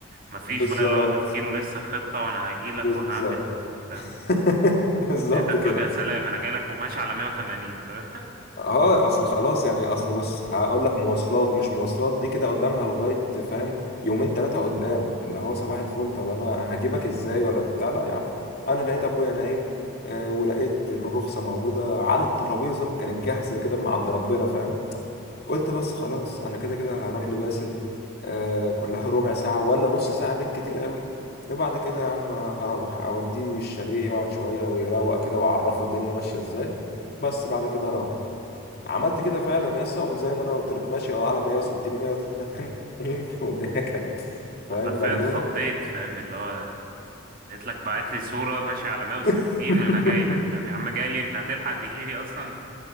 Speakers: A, on the right; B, on the left.
A: مفيش
B: بالظبط
A: بقى اللي هو تفكير ولسه خطة وانا هجي لك
B: بالظبط
A: وهعمل فاهم
B: <laughs> بالظبط
A: لقيتك
B: كده
A: فجأة سلام انا جاي لك وماشي على 180 فاهم
B: اه اصل خلاص يعني اصل بص هقول لك مواصلات مش مواصلات دي كده قدامها لغايه فاهم يومين ثلاثه قدام اللي هو صباح الفل طب انا هجيبك ازاي ولا بتاع لا يا عم انا لقيت ابويا نايم آه، ولقيت الرخصه موجوده على الترابيزه كانت جاهزه كده من عند ربنا فاهم قلت بس خلاص انا كده كده هروح لباسل آه، كلها ربع ساعه ولا نص ساعه بالكتير قوي وبعد كده يا عم هروح اوديه الشاليه يقعد شويه ويروق كده واعرفه الدنيا ماشيه ازاي بس بعد كده اروح عملت كده فعلا يسا وزي ما انا قلت لك ماشي اه على 160 180 <laughs> والدنيا كانت فاهم
A: <laughs> حرفيا
B: مجنونة
A: اتخضيت فاهم اللي هو قلت لك بعت لي صورة ماشي على 160
B: <laughs>
A: انا جاي لك فاهم يا عم جاي لي انت هتلحق تجي لي اصلا